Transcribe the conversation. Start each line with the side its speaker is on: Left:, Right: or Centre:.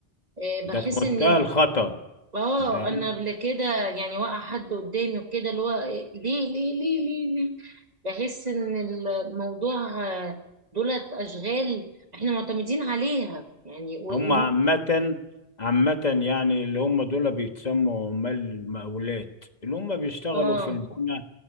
Right: إيه
Left: ده
Right: بحس
Left: في منتهى
Right: ان
Left: الخطر
Right: اه
Left: ده
Right: انا قبل كده يعني وقع حد قدامي وكده اللي هو إيه، ليه ليه ليه ليه بحس ان الموضوع آه، دولت اشغال احنا معتمدين عليها يعني و...
Left: هم عامه
Right: و...
Left: عامه يعني اللي هم دول بيتسموا عمال المقاولات اللي هم بيشتغلوا
Right: اه
Left: في البنى